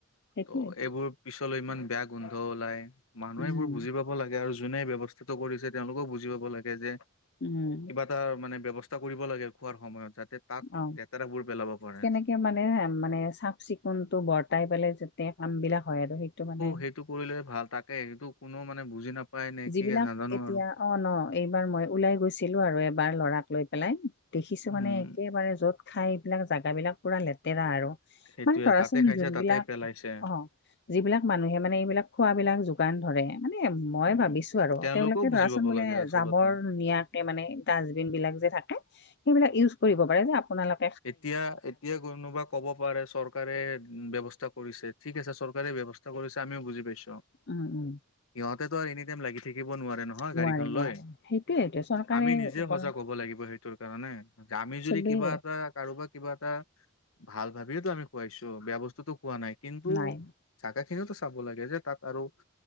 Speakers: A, on the left; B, on the left.
A: সেইটোয়ে
B: ত' এইবোৰ পিছলৈ ইমান বেয়া গোন্ধ ওলাই মানুহ
A: উম
B: এইবোৰ বুজিব <unintelligible> <unintelligible> লাগে আৰু যোনে এই ব্যৱস্থাটো কৰিছে তেওঁলোকেও বুজি পাব লাগে যে
A: উম।
B: <unintelligible> মানে ব্যৱস্থা কৰিব লাগে খোৱাৰ সময়ত যাতে তাত
A: অ
B: লেতেৰাবোৰ পেলাব। পাৰে।
A: কেনেকে মানে মানে চাফ চিকুণটো বৰ্তাই পেলাই তে, কাম বিলাক হয় আৰু সেইটো মানে
B: সেইটো কৰিলে ভাল তাকে সেইটো কোনো মানে বুজি নাপায় নে
A: যিবিলাক
B: কি নাজানো
A: এতিয়া
B: আৰু।
A: অ, ন এইবাৰ মই ওলাই গৈছিলো আৰু এবাৰ লৰাক লৈ পেলাই। দেখিছো
B: উম,
A: মানে একেবাৰে য'ত খাই পেলাই জেগাবিলাক পুৰা লেতেৰা আৰু
B: সেইটোয়ে
A: মানে ধৰাচোন
B: তাতে খাইছে
A: যোনবিলাক
B: তাতে পেলাইছে
A: অ'। যিবিলাক মানুহে মানে এইবিলাক খোৱাবিলাক যোগান ধৰে মানে মই
B: উম,
A: ভাবিছো আৰু
B: তেওঁলোকেও
A: তেওঁলোকে
B: বুজি
A: ধৰাচোন
B: পাব
A: বোলে
B: লাগে আচলতে।
A: জাবৰ নিয়াতে মানে ডাষ্টবিনবিলাক যে থাকে সেইবিলাক ইউচ কৰিব পাৰে যে আপোনালোক
B: এতিয়া, এতিয়া কোনোবা ক'ব পাৰে চৰ চৰকাৰে ব্যৱস্থা কৰিছে ঠিক আছে চৰকাৰে ব্যৱস্থা কৰিছে আমিও বুজি পাইছো।
A: উম, উম।
B: ইহঁতেতো আৰু এনি টাইম লাগি থাকিব নোঁৱাৰে ন। নহয়
A: নোৱাৰে
B: গাড়ীখন
A: নোৱাৰে
B: লৈ
A: সেইটোয়ে এইটোয়ে চৰকাৰে
B: আমি নিজে
A: ওপৰত
B: সজাগ হ'ব লাগিব সেইটোৰ কাৰণে। আমি
A: চবেই
B: যদি কিবা এটা কাৰোবা কিবা এটা ভাল ভাবিয়ো আমি খুৱাইছো বেয়া বস্তুতো খোৱা নাই কিন্তু
A: নাই
B: জাগা খিনিওতো চাব লাগে যে তাত আৰু